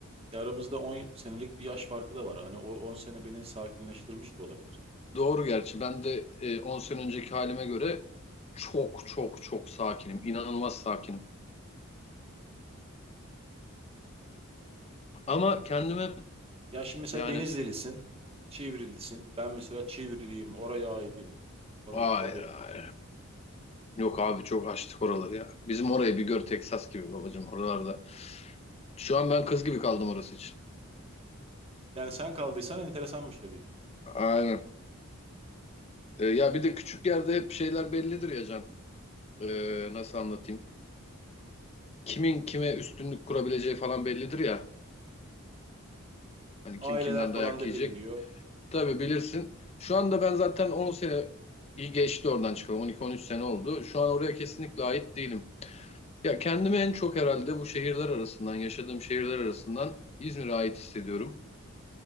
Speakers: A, on the right; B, on the left.
A: Ya aramızda 10 senelik bir yaş farkı da var. Hani o on sene beni sakinleştirmiş de olabilir.
B: Doğru gerçi. Ben de e, 10 sene önceki halime göre çok çok çok sakinim. İnanılmaz sakinim. Ama kendime
A: Ya şimdi mesela
B: yani
A: Denizlilisin, Çivrilisin. Ben mesela Çivriliyim, oraya aidim falan.
B: hayır
A: O bir...
B: hayır. Yok abi çok açtık oraları ya. Bizim orayı bir gör Texas gibi babacığım oralarda. Şu an ben kız gibi kaldım orası için.
A: Yani sen kaldıysan enteresanmış tabii ki.
B: Aynen. E, ya bir de küçük yerde hep şeyler bellidir ya Can. E, nasıl anlatayım? Kimin kime üstünlük kurabileceği falan bellidir ya. Hani
A: Aileler
B: kim kimden
A: falan
B: dayak
A: da
B: yiyecek,
A: biliniyor.
B: Tabii bilirsin. Şu anda ben zaten 10 sene iyi geçti oradan çıkalım. 12-13 sene oldu. Şu an oraya kesinlikle ait değilim. Ya kendimi en çok herhalde bu şehirler arasından, yaşadığım şehirler arasından İzmir'e ait hissediyorum.